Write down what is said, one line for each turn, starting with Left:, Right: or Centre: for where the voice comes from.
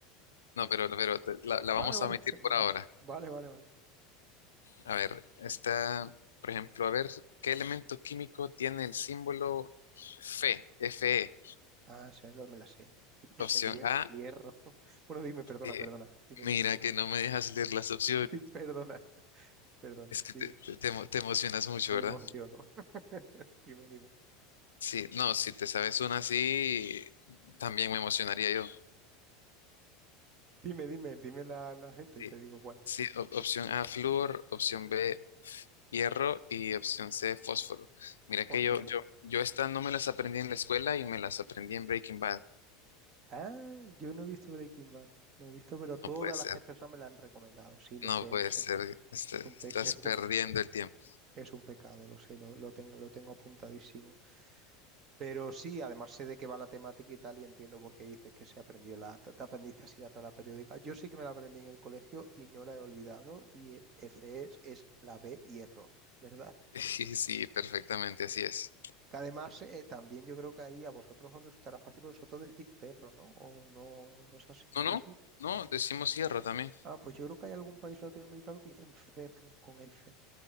Left: No, pero, pero te- la la
Right: Vale,
Left: vamos
Right: vale.
Left: a omitir
Right: <laughs> va-
Left: por ahora.
Right: Vale, vale, vale.
Left: A ver, está, por ejemplo, a ver, ¿qué elemento químico tiene el símbolo Fe? Fe.
Right: Ah, esa es la me la sé. <laughs>
Left: Opción
Right: El hier-
Left: A.
Right: el hierro. <laughs> Bueno, dime, perdona,
Left: eh,
Right: perdona. Dime,
Left: mira
Right: dime.
Left: que no me dejas leer las opciones.
Right: Sí, perdona, perdona,
Left: Es que
Right: dime,
Left: te, te- te emo- te emocionas mucho,
Right: me
Left: ¿verdad?
Right: emociono. <laughs> Dime, dime,
Left: Sí, no, si te sabes una así, también me emocionaría yo.
Right: dime, dime, dime la, las esto y
Left: Sí,
Right: te digo cuál.
Left: sí, op- opción A, flúor, opción B, hierro y opción C, fósforo. Mira
Right: Ocean.
Left: que yo, yo, yo esta no me las aprendí en la escuela y me las aprendí en Breaking Bad.
Right: Ah, yo no he visto Breaking Bad, no he visto, pero todas
Left: No puede ser.
Right: las que- personas me la han recomendado. Sí, lo
Left: No
Right: sé,
Left: puede
Right: lo sé.
Left: ser, este,
Right: Es un, pe-
Left: estás
Right: es
Left: perdiendo
Right: un,
Left: el tiempo.
Right: es un pecado, lo sé, lo, lo tengo, lo tengo apuntadísimo. Pero sí, además sé de qué va la temática y tal, y entiendo por qué dices que se aprendió la, te, te aprendiste así la tabla periódica. Yo sí que me la aprendí en el colegio y no la he olvidado, y E, F es, es la B hierro, ¿verdad?
Left: Sí, <laughs> sí, perfectamente, así es.
Right: Que además eh, también yo creo que ahí a vosotros os resultará fácil porque vosotros decís ferro, ¿no? O no, no es así,
Left: No,
Right: ¿no
Left: no,
Right: decís?
Left: no, decimos cierra también.
Right: Ah, pues yo creo que hay algún país latinoamericano que dicen ferro con F,